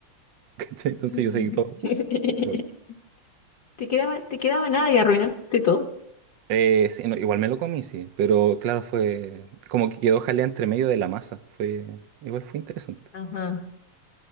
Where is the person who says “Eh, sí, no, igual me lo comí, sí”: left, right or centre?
Right